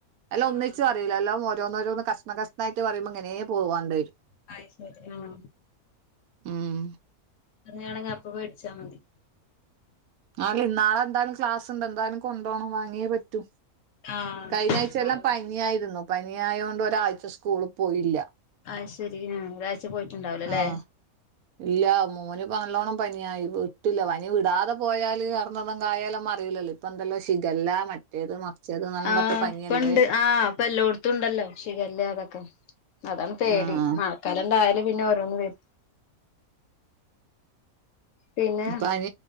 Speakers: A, on the right (about 75°); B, on the left (about 65°).
A: അല്ലാം ഒന്നിച്ച്
B: ആഹ്
A: പറില്ല എല്ലാം ഓരോന്ന് ഓരോന്ന് കഷ്ണം കഷ്ണായിട്ട് പറയുമ്പോ ഇങ്ങനെ പോവാണ്ട് വരും
B: അയ് ശരി ആഹ
A: ഉം
B: അങ്ങനെ അണെങ്ക അപ്പ മേടിച്ചാ മതി
A: ആഹ ഇന്നാളെ എന്തായാലും ക്ലാസ്ണ്ട് എന്തായാലും കൊണ്ടു പോണം വാങ്ങിയേ പറ്റൂ
B: ആഹ്
A: കഴിഞ്ഞ ആഴ്ച
B: നാളെ
A: എല്ലാം പനിയായിരുന്നു പന ആയ കൊണ്ട് ഒരാഴ്ച സ്കൂളിൽ പോയില്ല
B: ആഹ് ശരി ഒരാഴ്ച പോയിട്ടുണ്ടാവലോ അല്ലേ
A: ആഹ് ഇല്ല മോന് ഇപ്പോ നല്ലോണം പനിയായി ഇട്ടില്ല പനി വിടാതെ പോയാല് കറന്നതും കായാലൊന്നും അറിയില്ലല്ല അപ്പന്തല്ലോ ഷിഗല്ല മറ്റ മറ്റേത് മറിച്ചേത് എന്നെല്ലാം
B: ആഹ
A: പറഞ്ഞിട്ട് പനിയല്ലേ
B: ഇപ്പുണ്ട് ആഹ അപ്പ എല്ലാടത്തും ഉണ്ടല്ലോ ഷിഗല്ല അതൊക്കെ അതാണ് പേടി
A: ആഹ്
B: മ- കലണ്ടായല് പിന്നെ ഓരോന്ന് വരും പിന്നെ
A: പന